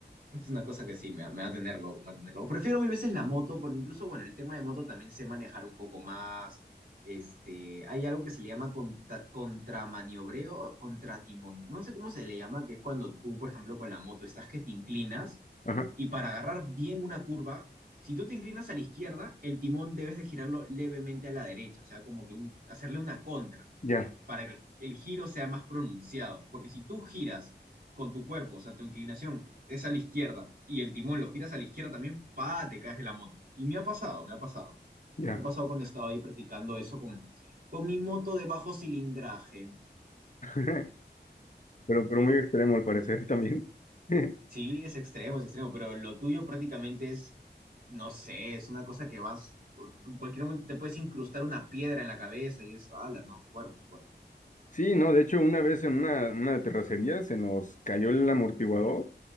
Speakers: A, on the right; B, on the left.
A: Es una cosa que sí, me, va me va a tener loco, me va a tener loco. Prefiero mil veces la moto, porque incluso, bueno, el tema de moto también sé manejar un poco más. Este, hay algo que se le llama contra, contramaniobreo, o contratimón. No sé cómo se le llama, que es cuando tú, por ejemplo, con la moto estás que te inclinas
B: Ajá,
A: y para agarrar bien una curva, si tú te inclinas a la izquierda, el timón debes de girarlo levemente a la derecha, o sea, como que un- hacerle una contra
B: ya,
A: para que el giro sea más pronunciado. Porque si tú giras con tu cuerpo, o sea, tu inclinación es a la izquierda y el timón lo giras a la izquierda también, pa, te caes de la moto. Y me ha pasado, me ha pasado.
B: ya.
A: Me ha pasado cuando estaba ahí practicando eso con, con mi moto de bajo cilindraje.
B: <laughs> Pero, pero muy extremo al parecer también. <laughs>
A: Sí, es extremo, es extremo, pero lo tuyo prácticamente es, no sé, es una cosa que vas, en cualquier momento te puedes incrustar una piedra en la cabeza y es, ala, no, fuerte, fuerte.
B: Sí, no, de hecho, una vez en una, una terracería se nos cayó el amortiguador.